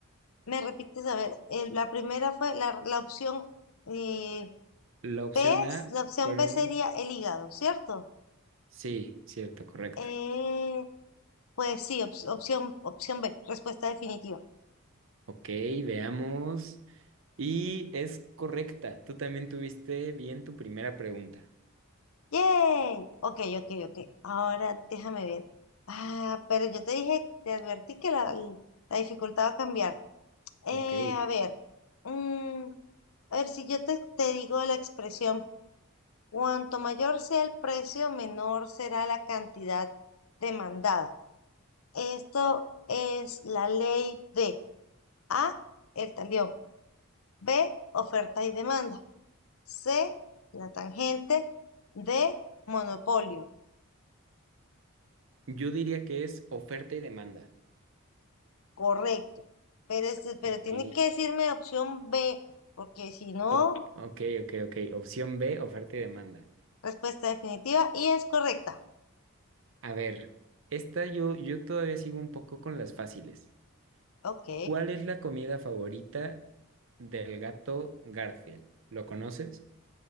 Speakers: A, on the left; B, on the right.
A: me repites, a ver, eh, la primera fue la, la opción eh,
B: La opción
A: B,
B: A
A: la opción
B: fueron,
A: B sería el hígado, ¿cierto?
B: sí, cierto, correcto.
A: Eh, pues sí, ops- opción, opción B, respuesta definitiva.
B: Ok, veamos. Y es correcta. Tú también tuviste bien tu primera pregunta.
A: ¡Yay! Ok, ok, ok. Ahora déjame ver. Ah, pero yo te dije, te advertí que la, la dificultad va a cambiar. Eh,
B: Ok,
A: a ver, mm, a ver, si yo te, te digo la expresión, cuanto mayor sea el precio, menor será la cantidad demandada. Esto es la ley de A, el talión, B, oferta y demanda. C, la tangente de monopolio.
B: yo diría que es oferta y demanda.
A: Correcto. Pero, es-
B: Ok,
A: pero tiene que decirme opción B, porque si no,
B: Op- ok, ok, ok. Opción B, oferta y demanda.
A: respuesta definitiva y es correcta.
B: A ver, esta yo, yo todavía sigo un poco con las fáciles.
A: Ok,
B: ¿Cuál es la comida favorita del gato Garfield? ¿Lo conoces?